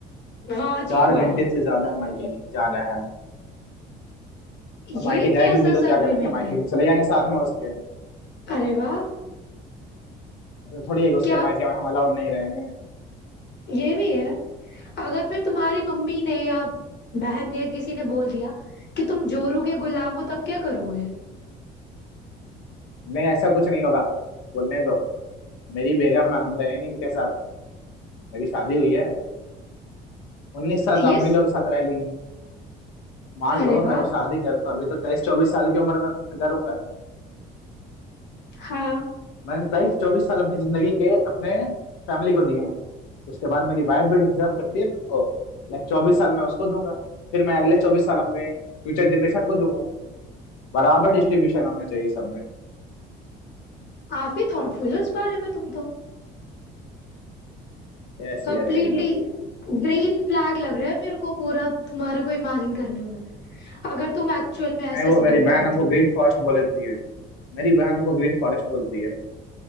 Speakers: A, on the left; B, on the left.
A: वाह जी
B: चार घंटे
A: वाह
B: से ज्यादा मायके नहीं जाना है अब
A: ये
B: मायके जाएगी
A: कैसा
B: भी तो
A: सा
B: क्या
A: अग्रीमेंट
B: करेंगे मायके
A: है
B: तो चले जाएंगे साथ में उसके
A: अरे वाह
B: ऐसा थोड़ी है कि उसके
A: क्या
B: मायके
A: आप-
B: में हम अलाउड नहीं रहेंगे
A: ये भी है अगर फिर तुम्हारी मम्मी ने या बहन ने या किसी ने बोल दिया कि तुम जोरू के गुलाम हो तब क्या करोगे
B: नहीं ऐसा कुछ नहीं होगा बोलने दो मेरी बेगम है हम रहेंगे इनके साथ मेरी शादी हुई है उन्नीस साल तो
A: ये
B: अम्मी
A: स-
B: लोग के साथ रह ली है मान
A: अरे
B: लो
A: वाह
B: मैं वो शादी करूँ अभी तो तेईस चौबीस साल की उम्र में करूंगा
A: हाँ
B: मैंने तेईस चौबीस साल अपनी जिंदगी के अपने फैमिली को दिए हैं उसके बाद मेरी वाइफ भी डिजर्व करती है ना वो लाइक चौबीस साल मैं उसको दूंगा फिर मैं अगले चौबीस साल अपने फ्यूचर जनरेशन को दूंगा बराबर डिस्ट्रीब्यूशन होना चाहिए सब में
A: काफी थॉटफुल हो इस बारे में तुम तो
B: Yes
A: कंप्लीटली
B: yes I know
A: ग्रीन फ्लैग लग रहा है मेरे को पूरा तुम्हारे को इमेजिन करने में अगर तुम एक्चुअल में ऐसे
B: मैं वो
A: ऐसे
B: मेरी
A: बन
B: बहन
A: पाए
B: हमको
A: तो
B: ग्रीन फॉरेस्ट बोल देती है मेरी बहन हमको ग्रीन फॉरेस्ट बोलती है